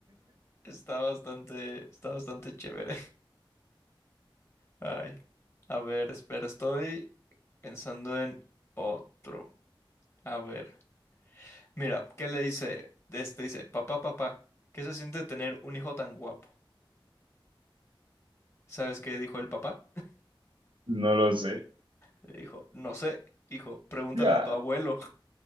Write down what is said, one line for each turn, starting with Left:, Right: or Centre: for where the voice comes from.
Left: Está bastante, está bastante chévere. Ay, a ver, espera, estoy pensando en otro. A ver, mira, ¿qué le dice? Este dice, papá, papá, ¿qué se siente tener un hijo tan guapo? ¿Sabes qué dijo el papá?
Right: No lo sé.
Left: Le dijo, no sé, hijo, pregúntale
Right: Ya.
Left: a tu abuelo.